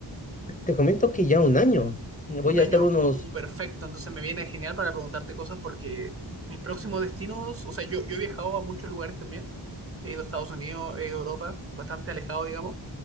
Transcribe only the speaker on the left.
Te comento que ya un año. Voy
a
estar unos